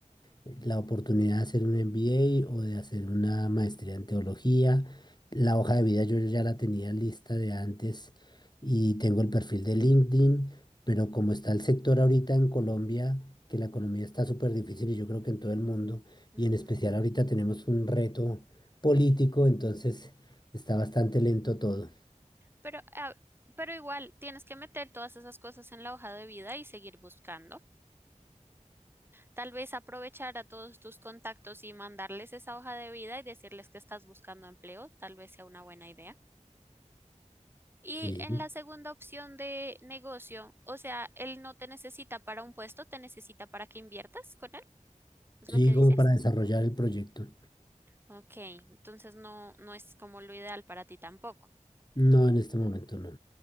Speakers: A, on the left; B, on the right.
A: la oportunidad de hacer un MBA o de hacer una maestría en teología. La hoja de vida yo ya la tenía lista de antes y tengo el perfil de LinkedIn, pero como está el sector ahorita en Colombia, que la economía está súper difícil y yo creo que en todo el mundo,
B: Ujú.
A: y en especial ahorita tenemos un reto político, entonces está bastante lento todo.
B: Pero, ah, pero igual tienes que meter todas esas cosas en la hoja de vida y seguir buscando. Tal vez aprovechar a todos tus contactos y mandarles esa hoja de vida y decirles que estás buscando empleo, tal vez sea una buena idea. Y
A: Sí,
B: en la segunda opción de negocio, o sea, él no te necesita para un puesto, te necesita para que inviertas con él, es
A: sí,
B: lo que dices.
A: como para desarrollar el proyecto.
B: Ok, entonces no, no es como lo ideal para ti tampoco.
A: No, en este momento no.